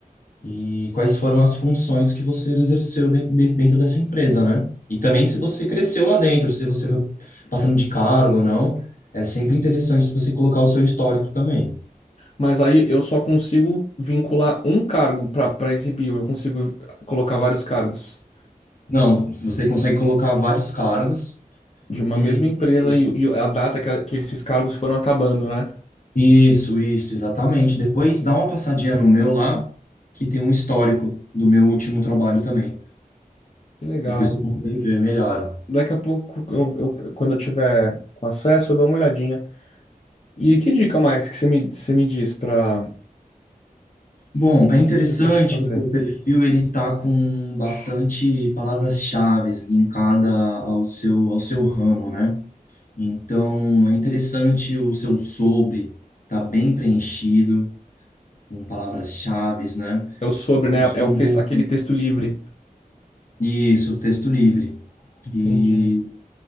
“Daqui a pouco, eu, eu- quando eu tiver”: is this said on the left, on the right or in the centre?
Left